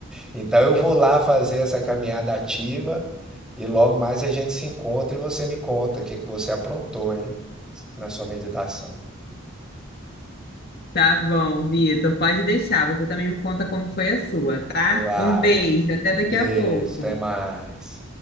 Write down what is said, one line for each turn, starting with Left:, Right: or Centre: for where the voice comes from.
Centre: Então eu vou lá fazer essa caminhada ativa e logo mais a gente se encontra e você me conta o que que você aprontou, hein, na sua meditação.
Left: Tá bom, Vitor, pode deixar. Você também me conta como foi a sua, tá?
Centre: Vai.
Left: Um beijo, até
Centre: Beijo,
Left: daqui a pouco.
Centre: até mais.